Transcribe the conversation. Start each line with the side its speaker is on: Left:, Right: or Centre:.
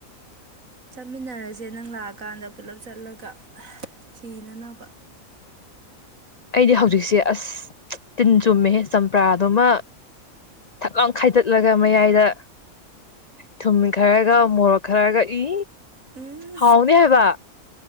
Right: ꯆꯠꯃꯤꯟꯅꯔꯁꯦ ꯅꯪ ꯂꯥꯛꯑꯀꯥꯟꯗ ꯄꯨꯂꯞ ꯆꯠꯂꯒ ꯊꯤꯅꯅꯕ
Left: ꯑꯩꯗꯤ ꯍꯧꯖꯤꯛꯁꯦ ꯑꯁ ꯇꯤꯟ ꯆꯨꯝꯃꯦꯍꯦ ꯆꯝꯄ꯭ꯔꯥꯗꯨꯃ ꯊꯛ ꯂꯥꯎ ꯈꯥꯏꯗꯠꯂꯒ ꯃꯌꯥꯏꯗ ꯊꯨꯝ ꯈꯔꯒ ꯃꯣꯔꯣꯛ ꯈꯔꯒ ꯏ
Right: ꯎꯝ
Left: ꯍꯥꯎꯅꯤ ꯍꯥꯏꯕ